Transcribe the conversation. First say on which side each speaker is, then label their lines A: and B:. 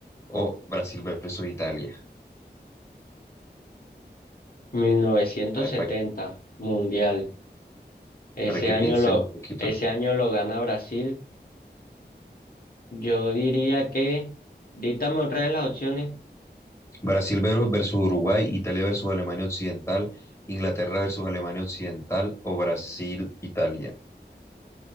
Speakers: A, on the left; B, on the left.
A: o Brasil versus Italia.
B: mil novecientos
A: A ver,
B: setenta
A: pa-
B: Mundial. Ese
A: para, que
B: año
A: piense
B: lo,
A: un poquito.
B: ese año lo gana Brasil. Yo diría que, dítame otra vez las opciones.
A: Brasil ver- versus Uruguay, Italia versus Alemania Occidental, Inglaterra versus Alemania Occidental o Brasil, Italia.